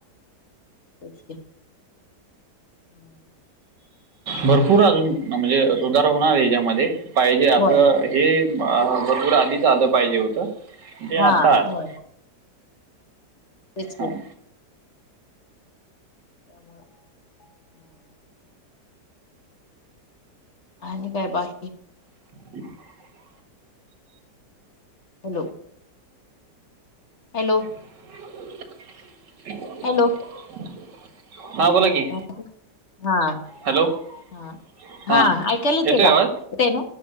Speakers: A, on the left; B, on the right.
A: <unintelligible> <inaudible>
B: भरपूर अजून म्हणजे सुधार होणार याच्यामध्ये, पाहिजे असं
A: होय
B: हे भरपूर आधीच आलं पाहिजे होतं. तेे आता
A: हा
B: आलं.
A: होय तेच
B: हां
A: की <inaudible> आणि काय बाकी?
B: <inaudible>
A: हॅलो. हॅलो.
B: <inaudible>
A: हॅलो
B: <inaudible> हा बोला की.
A: <inaudible> हा.
B: हॅलो <inaudible>
A: हा हा ऐकायला येते
B: येतोय
A: का?
B: आवाज
A: येतंय ना.